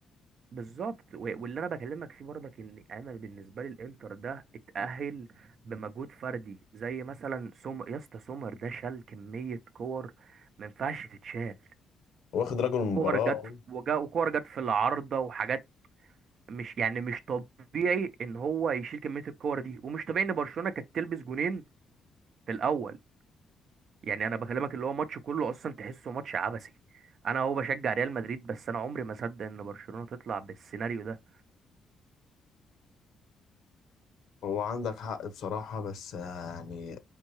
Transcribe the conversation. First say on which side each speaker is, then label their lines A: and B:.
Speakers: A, on the right; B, on the left.
A: بالظبط و- واللي انا بكلمك فيه برضك ان انا بالنسبة لي الانتر ده اتأهل بمجهود فردي زي مثلا سوم يا اسطى سومر ده شال كمية كور ما ينفعش تتشال
B: واخد رجل المباراة
A: وكور جت وجا وكور جت في العارضة وحاجات مش يعني مش طبيعي ان هو يشيل كمية الكور دي ومش طبيعي ان برشلونة كانت تلبس جونين في الاول يعني انا بكلمك اللي هو ماتش كله اصلا تحسه ماتش عبثي انا هو بشجع ريال مدريد بس انا عمري ما اصدق ان برشلونة تطلع بالسيناريو ده
B: هو عندك حق بصراحة بس آه، يعني